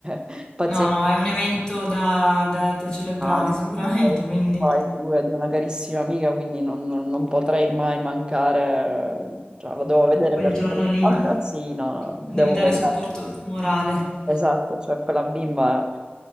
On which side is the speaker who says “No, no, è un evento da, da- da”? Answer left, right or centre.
Left